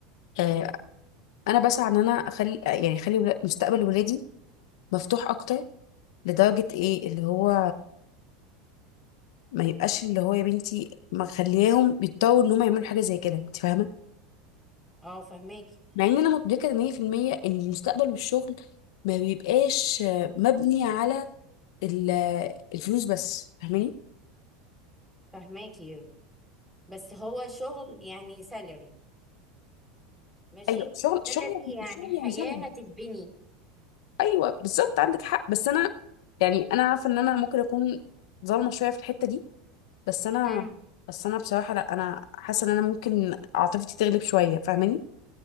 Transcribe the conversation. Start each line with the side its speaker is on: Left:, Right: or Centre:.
Left: آه أنا بسعى إن أنا أخلي يعني أخلي ولا- مستقبل ولادي مفتوح أكتر لدرجة إيه اللي هو ما يبقاش اللي هو يا بنتي ما خليهم يضطروا إن هم يعملوا حاجة زي كده أنت فاهمة؟
Centre: اه فهماكي
Left: مع إن أنا مدركة مية في المية إن المستقبل والشغل ما بيبقاش آه، مبني على ال- الفلوس بس فاهماني؟
Centre: فهماكي بس هو شغل يعني سالري ماشي
Left: ايوه الشغل الشغل
Centre: سالري
Left: يعني
Centre: يعني
Left: الشغل
Centre: حياة
Left: يعني سند
Centre: هتتبني
Left: ايوه بالظبط عندك حق بس انا يعني انا عارفه ان انا ممكن اكون ظالمه شويه في الحته دي بس انا
Centre: مم.
Left: بس انا بصراحه لا انا حاسه ان انا ممكن عاطفتي تغلب شويه فاهماني